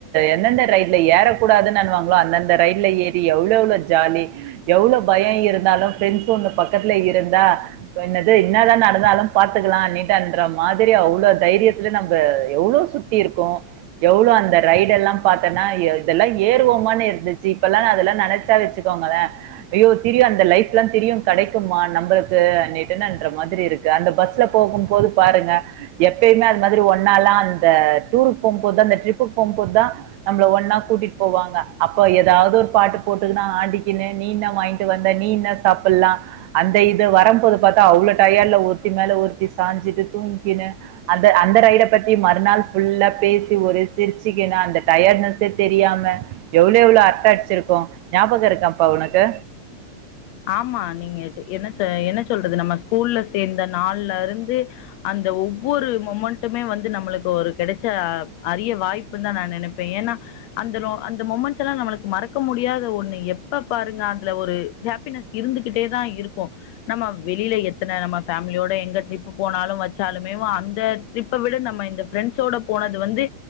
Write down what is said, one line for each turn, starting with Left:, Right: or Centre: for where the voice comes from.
Right: எந்தெந்த ரைட்ல ஏறக்கூடாதுனுவாங்களோ அந்தந்த ரைட்ல ஏறி எவ்ளெவ்ளோ ஜாலி எவ்ளவு பயம் இருந்தாலு ஃப்ரண்ஸ் பக்கத்துல இருந்தா என்னது என்னாதா நடந்தாலும் பாத்துக்கலான் நீட்டான்ற மாதிரி அவ்ளோ தைரியத்துல நம்ம எவ்ளோ சுத்தி இருக்கோம் எவ்ளோ அந்த ரைடுலா பாத்தன்னா இதெல்லா ஏறுவோமானு இருந்துச்சு இப்பல்லா அதெல்லா நனைச்சா வச்சுக்கோங்களே ஐயோ திரியும் அந்த லைஃப் எல்லா திரியு கடைக்குமா நம்மளுக்கு னுட்டுன்ற மாதிரி இருக்கு அந்த பஸ்ல போகும்போது பாருங்க எப்பயுமே அது மாதிரி ஒன்னாலா அந்த டூர் போகும்போது அந்த ட்ரிபுக்கு போகும்போதுதா நம்ல ஒன்னா கூட்டிட்டு போவாங்க அப்ப ஏதாவது ஒரு பாட்டு போட்டுன்னா ஆடீகீனு நீதா வாங்கிட்டு வந்த நீதா சாப்ட அப்புல்லா அந்த இது வரம்போது பாத்தா அவ்ள டயட்ல ஒருத்தி மேல ஒருத்தி சாஞ்சிட்டு தூங்கிக்னு அந்த அந்த ரைட பத்தி மறுநாள் ஃபுல்லா பேசி ஒரு சிரிச்சுக்கினு அந்த டயட்னஸே தெரியாம எவ்ளோ எவ்ளோ அரட்ட அடிச்சிருக்கோ ஞாபக இருக்காப்பா உனக்கு
Left: ஆமா நீங்க என்ன ச என்ன சொல்றது நம்ம ஸ்கூல்ல சேர்ந்த நாள்ல இருந்து அந்த ஒவ்வொரு மொமண்ட்டுமே வந்து நம்மளுக்கு ஒரு கெடைச்ச அரிய வாய்ப்புன் தா நா நினப்பேன் ஏன்னா அந்தோ அந்த மொமெண்ட்ஸ்லா நம்மளுக்கு மறக்க முடியாத ஒண்ணு எப்ப பாருங்க அதுல ஒரு ஹே ப்பின்னஸ் இருந்துகிட்டே தா இருக்கு நம்ம வெளில எத்தன நம்ம ஃபேமிலியோட எங்க ட்ரிப் போனாலும் வச்சாலுமே அந்த ட்ரிப்ப விட நம்ம இந்த ஃப்ரெண்ட்ஸோட போனது வந்து